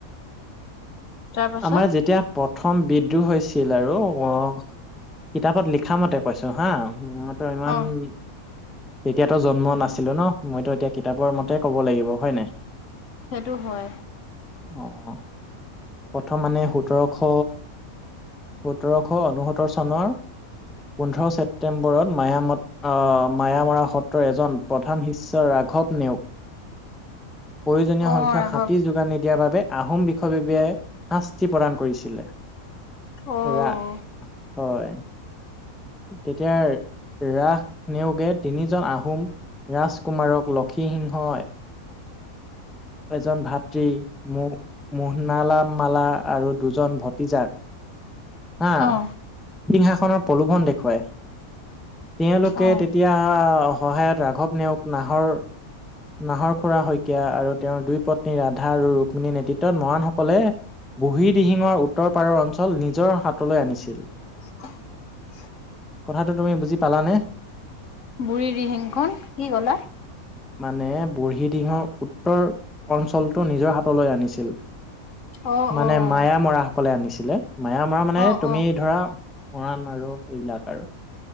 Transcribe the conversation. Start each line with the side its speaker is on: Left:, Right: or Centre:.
Left: তাৰপাছত
Centre: আমাৰ যেতিয়া পথ। প্ৰথম বিদ্ৰোহ হৈছিল আৰু অ কিতাপত লিখা মতে কৈছো হা। ত ইমান।
Left: অ',
Centre: তেতিয়াতো জন্ম নাছিলো ন মইতো এতিয়া কিতাপৰ মতে ক'ব লাগিব হয় নাই।
Left: সেইটো হয়।
Centre: অ অ প্ৰথম মানে সোতৰশ। সোতৰশ ঊনসত্তৰ চনৰ পোন্ধৰ। ছেপ্তেম্বৰত মায়া মায়ামৰা সত্ৰৰ এজন প্ৰধান শিষ্য। ৰাঘৱ নেওঁগ। প্ৰয়োজনীয়
Left: অ
Centre: সংখ্যাক
Left: ৰাঘৱ
Centre: হাতী যোগান নিদিয়াৰ বাবে আহোম বিষয়ববিয়াই শা। প্ৰদান কৰিছিলে
Left: অ',
Centre: ৰা হয়। তেতিয়া। ৰাস নেওঁগে তিনিজন আহোম ৰাজকুমাৰক লক্ষীসিংহই। এজন ভাতৃ মো মোহনালামালা আৰু দুজন ভতিজাক। হা
Left: অ',
Centre: সিংহাসনৰ প্ৰলোভন দেখুৱাই। তেওঁলোকে
Left: অ
Centre: তেতিয়া সহায়ত ৰাঘৱ নেওঁগ নাহৰ। নাহৰ খুৰা শইকীয়া আৰু তেওঁৰ দুই পত্নী ৰাধা আৰু ৰুক্মণীৰ নেতৃত্বত মৰাণসকলে। বুঢ়ী দিহিঙৰ উত্তৰ পাৰৰ অঞ্চল নিজৰ হাতলৈ আনিছিল।
Left: <unintelligible>
Centre: কথাটো তুমি বুজি পালানে।
Left: বুঢ়ী দিহিংখন কি ক'লা।
Centre: মানে বুঢ়ীদিহিং ৰ উত্তৰ অঞ্চলটো নিজৰ হাতলৈ আনিছিল।
Left: অ',
Centre: মানে
Left: অ',
Centre: মায়া মৰা সকলে আনিছিলে মায়া মৰা মানে
Left: অ',
Centre: তুমি
Left: অ',
Centre: ধৰা। মৰাণ আৰু এইবিলাক আৰু